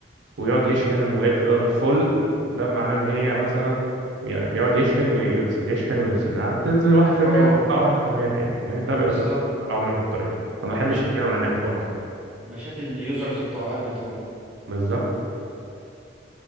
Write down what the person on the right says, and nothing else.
ويقعد يشحن وهي بتبقى فول وده معناه ان هي مثلا بي- بيقعد يشحن ويفصل يشحن ويفصل انها بتنزل 1%
وتطلع 1% تاني فاهمني ده بيأثر
على عمر البطارية فما بحبش
اشحن وانا نايم خالص
بالظبط